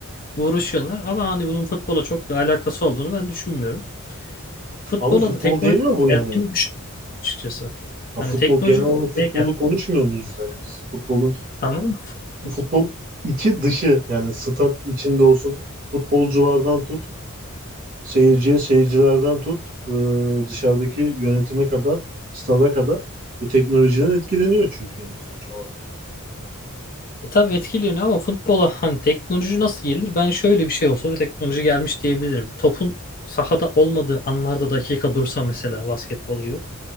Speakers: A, on the left; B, on the right.
A: uğraşıyorlar. Ama hani bunun futbola çok bir alakası olduğunu ben düşünmüyorum. Futbola
B: Ama futbol
A: da teknoloji
B: değil mi bu yani?
A: geldiğini düşünmüyorum açıkçası.
B: Ha,
A: Hani
B: futbol
A: teknoloji
B: genel olarak futbolu
A: ne geldi?
B: konuşmuyor muyuz yani biz? Futbolun
A: Tamam mı? Fut-
B: futbol içi dışı yani stat içinde olsun futbolculardan tut seyirciye seyircilerden tut e, dışarıdaki yönetime kadar stada kadar bu teknolojiden etkileniyor çünkü yani sonuç olarak.
A: E tabii etkileniyor ama futbola hani teknoloji nasıl gelir? Ben şöyle bir şey olsa bir teknoloji gelmiş diyebilirim. Topun sahada olmadığı anlarda dakika dursa mesela basketbol gibi.